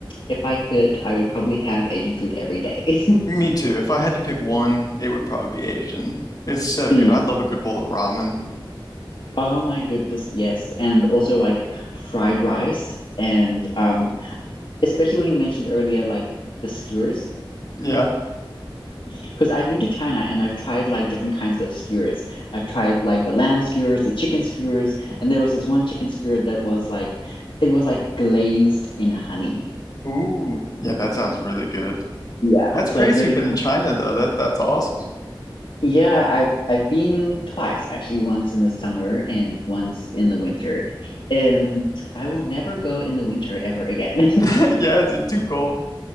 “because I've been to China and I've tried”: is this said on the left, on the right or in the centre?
Left